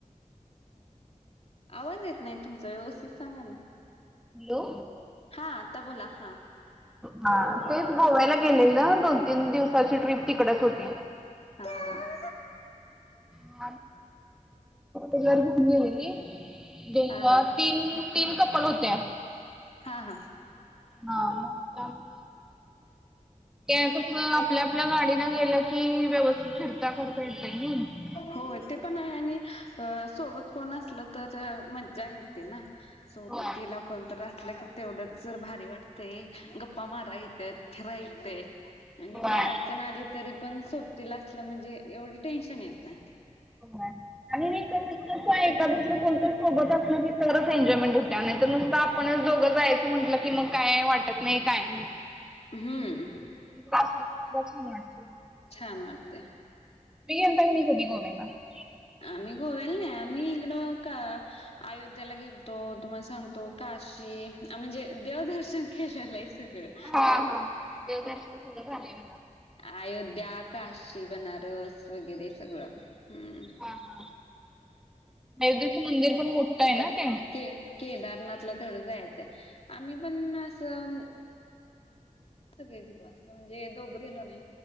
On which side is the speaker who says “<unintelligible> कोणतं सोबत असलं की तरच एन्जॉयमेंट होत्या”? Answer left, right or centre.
Centre